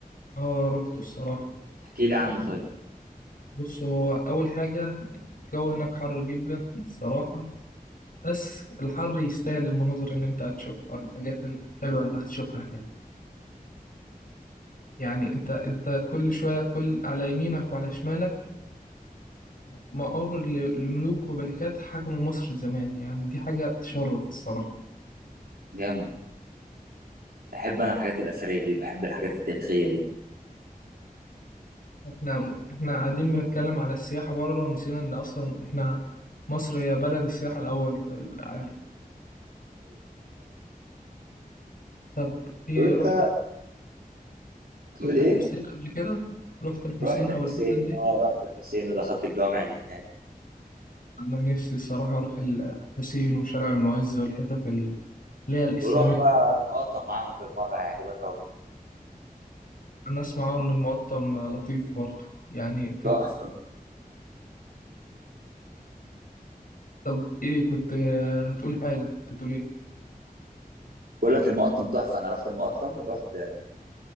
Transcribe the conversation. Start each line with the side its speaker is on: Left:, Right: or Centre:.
Left: اه رحت الصراحه
Right: احكي لي عنه طيب
Left: بص هو اول حاجه الجو هناك حر جدا الصراحه بس الحر يستاهل المناظر اللي انت هتشوفها الحاجات الحلوه اللي هتشوفها هناك يعني انت انت كل شويه كل على يمينك وعلى شمالك مقابر ل- لملوك وملكات حكموا مصر زمان يعني دي حاجه تشرف الصراحه
Right: جامد بحب انا الحاجات الاثريه دي بحب الحاجات التاريخيه دي
Left: احنا احنا قاعدين بنتكلم على السياحه بره ونسينا ان اصلا احنا مصر هي بلد السياحه الاول في العالم طب ايه
Right: طب انت
Left: رحت
Right: تقول
Left: رحت
Right: ايه
Left: الحسين قبل كده رحت الحسين
Right: رحت
Left: او
Right: الحسين
Left: الحتت دي
Right: اه رحت الحسين ودخلت الجامع اللي هناك
Left: انا نفسي الصراحه اروح الحسين وشارع المعز والحتت اللي هي الاسلاميه
Right: وروح بقى المقطم معاهم بالمره هيعجبك قوي
Left: انا اسمع ان المقطم لطيف برضه يعني
Right: تحفه
Left: طب ايه كنت آه، هتقول حاجة كنت هتقول ايه
Right: بقول لك المقطم تحفه انا رحت المقطم ورحت